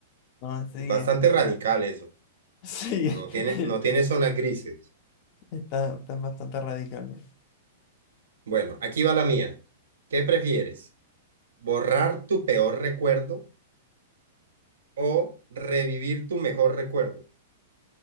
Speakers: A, on the left; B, on the right.
A: No, sí.
B: Bastante
A: eh.
B: radical eso,
A: Sí,
B: no tiene,
A: <laughs>
B: no tiene zonas grises.
A: está- están bastante radicales.
B: Bueno, aquí va la mía. ¿Qué prefieres? ¿Borrar tu peor recuerdo o revivir tu mejor recuerdo?